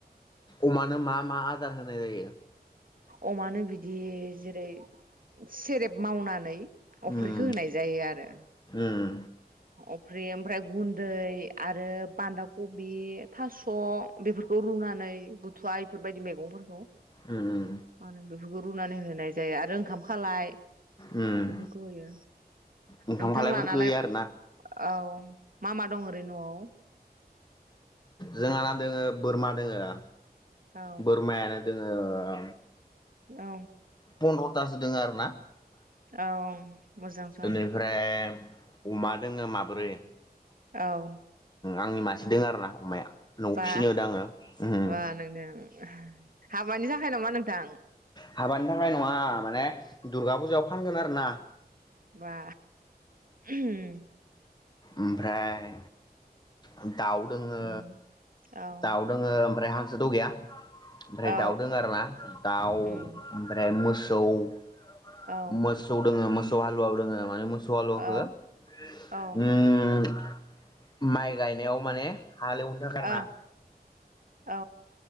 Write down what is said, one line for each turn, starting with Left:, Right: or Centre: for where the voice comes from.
Left: अमानो मा मा आदार होनाय जायो?
Right: अमानो बिदि जेरै सेरेब मावनानै अफ्रिखौ
Left: उम
Right: होनाय जायो आरो
Left: उम
Right: अफ्रि ओमफ्राय गुन्दै आरो बान्दा कबि थास' बेफोरखौ रुनानै बुथुवा इफोरबायदि मेगंफोरखौ मा
Left: उम
Right: होनो बेफोरखौ रुनानै होनाय जायो आरो ओंखाम खालाय
Left: उम
Right: बेफोरखौ होयो
Left: ओंखाम
Right: नोंथां
Left: खालायफोरखौ
Right: लानालाय
Left: होयो आरोना
Right: औ मा मा दं ओरैनो न'आव?
Left: जोंहाना दोङो बोरमा दोङो
Right: औ
Left: बोरमायानो दोङो ओ
Right: औ
Left: पनद थासो दङ आरो ना
Right: औ मोजां सम
Left: बेनिफ्राय अमा दोङो माब्रै
Right: औ
Left: आंनि मासे दं आरो ना अमाया न'आव
Right: बा
Left: फिसिनो होदो आङो उम
Right: बा नोंथां हाबानि थाखाय नामा नोंथां
Left: हाबानि थाखाय नङा माने दुर्गा फुजायाव फानगोन आरो ना
Right: बा उम
Left: ओमफ्राय उम दाउ दोङो
Right: औ औ
Left: दाउ दोङो ओमफ्राय हांसोथ गैया ओमफ्राय
Right: औ
Left: दाउ दों आरो ना दाउ
Right: उम
Left: ओमफ्राय मोस दाउ
Right: औ
Left: मोसौ दोङो मो सौ हालुवाबो दोङो माने मो सल हो
Right: औ
Left: द
Right: औ
Left: <unintelligible> माइ गायनायाव माने हालेवनो थाखाय
Right: औ
Left: आरो ना
Right: औ